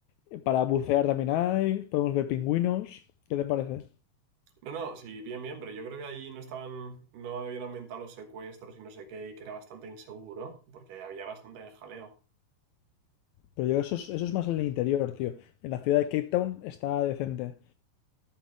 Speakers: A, on the left; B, on the right.
A: eh, para bucear también hay, podemos ver pingüinos. ¿Qué te parece?
B: No, no, sí, bien, bien, pero yo creo que allí no estaban, no habían aumentado los secuestros y no sé qué, y que era bastante inseguro, porque había bastante jaleo.
A: Pero yo eso es, eso es más en el interior, tío. En la ciudad de Cape Town está decente.